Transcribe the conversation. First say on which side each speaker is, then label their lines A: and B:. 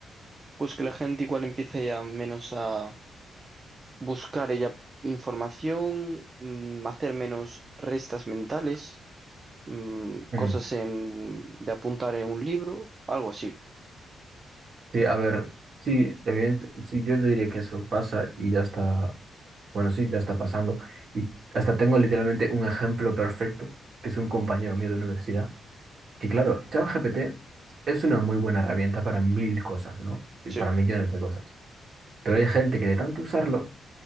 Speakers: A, on the right; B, on the right.
A: Pues que la gente igual empiece ya menos a buscar ella información, mm, hacer menos restas mentales, mm,
B: Mm,
A: cosas en, de apuntar en un libro, algo así.
B: Sí, a ver, sí, evidente, sí, yo te diría que eso pasa y ya está. Bueno, sí, ya está pasando. Y hasta tengo literalmente un ejemplo perfecto, que es un compañero mío de universidad, que claro, ChatGPT es una muy buena herramienta para mil cosas, ¿no? Y
A: Sí,
B: para millones de cosas. Pero hay gente que de tanto usarlo,